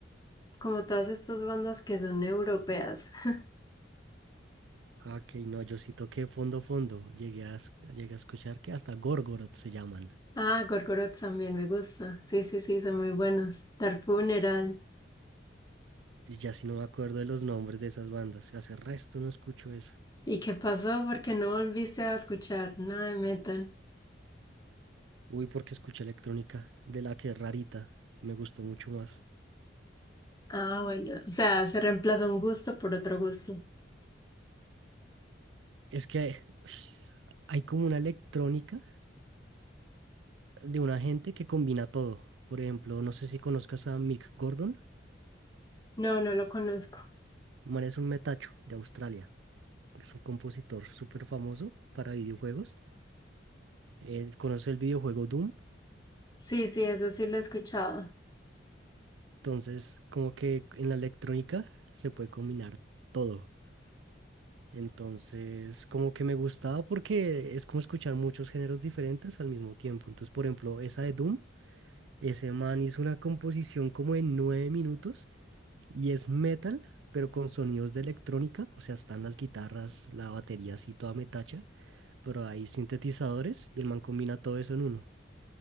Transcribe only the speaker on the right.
Ah, Ok, no, yo sí toqué fondo fondo. Llegué a, es- llegué a escuchar que hasta Gorgoroth se llaman.
Y ya si no me acuerdo de los nombres de esas bandas, hace resto no escucho eso.
Uy, porque escuché electrónica, de la que es rarita, y me gustó mucho más.
Es que hay <sighs> hay como una electrónica de una gente que combina todo. Por ejemplo, no sé si conozcas a Mick Gordon,
el man es un metacho de Australia, es un compositor súper famoso para videojuegos. Él conoce el videojuego Doom,
entonces como que en la electrónica se puede combinar todo. Entonces, como que me gustaba porque es como escuchar muchos géneros diferentes al mismo tiempo. Entonces, por ejemplo, esa de Doom, ese man hizo una composición como en nueve minutos y es metal, pero con sonidos de electrónica. O sea, están las guitarras, la batería así toda metacha, pero hay sintetizadores y el man combina todo eso en uno.